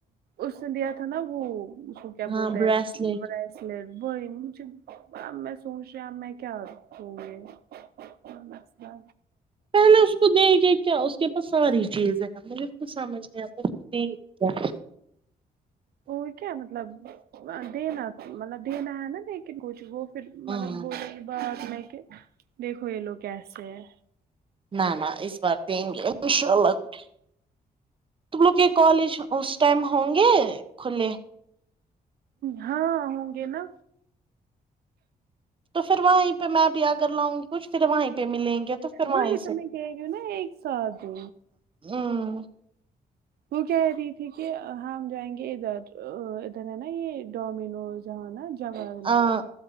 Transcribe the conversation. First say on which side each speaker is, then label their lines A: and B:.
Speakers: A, on the right; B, on the right.
A: اس نے دیا تھا نا وہ اس کو کیا
B: ہاں
A: بولتے
B: بریسلیٹ
A: ہے اس لیئے وہی مجھے اب میں سوچ رہی میں کیا دو گی اور مثلا
B: پہلے اس کو دیں گے کیا اس کے پاس ساری چیزیں ہے مجھے کچھ سمجھ نہیں آتا اس کو دیں گے کیا
A: وہ کیا مطلب دینا مطلب دینا ہے نا لیکن کچھ وہ پھر مطلب
B: ہاں
A: بولینگے بعد میں کہ دیکھو یہ لوگ کیسے ہے
B: نا نا اس بار دینگے انشاء االلہ کچھ تم لوگ کے کالج اس ٹائم ہوں گے کھلے
A: ہاں ہوں گے نا
B: تو فیر وہیں پے میں بھی اگر لاؤ گی کچھ فیر وہیں پے ملے گے تو پھر
A: وہی
B: وہیں
A: تو
B: سے
A: میں کہ رہی ہو نا ایک سات دے
B: ہم
A: وہ کہہ رہی تھی کہ ہم جائیں گے ادھر ادھر ہے نا یہ ڈومینوز اہ نا جگرنگر
B: آ